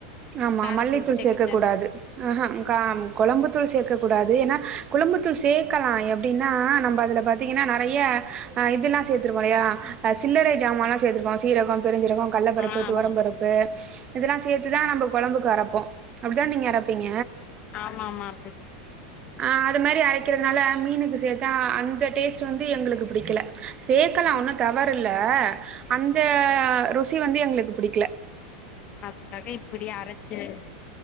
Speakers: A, on the right (about 30°); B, on the left (about 35°).
A: ஆமா
B: காரத்தூள்
A: மல்லித்தூள்
B: சேக்க
A: சேர்க்க
B: தேவல்ல
A: கூடாது ஹ ஹா க கொழம்பு தூள் சேர்க்கக்கூடாது ஏன்னா குழம்புத்தூள் சேர்க்கலாம் எப்படின்னா நம்ம அதுல பாத்தீங்கன்னா நெறைய அ இதெல்லாம் சேர்த்திருப்போம் இல்லையா அ சில்லறை சாமான்லா சேர்த்திருப்போம் சீரகம் பெருஞ்சீரகே கள்ளப்பருப்பு
B: ஆ ஆமா
A: துவரம்பருப்பு இதெல்லாம் செத் இப்படி தான் நம்ம குழம்புக்கு அரப்போம் அப்படிதான் நீங்க அரப்பீங்க
B: ஆமா ஆமா அப்டி
A: ஆ அது மாரி அரைக்கிறதுனால மீனுக்கு சேர்த்தா அந்த டேஸ்ட் வந்து எங்களுக்கு பிடிக்கல சேர்க்கலாம் ஒன்னு தவறில்ல அந்த ருசி வந்து எங்களுக்கு புடிக்கல
B: அதுக்காக இப்டி அரச்சு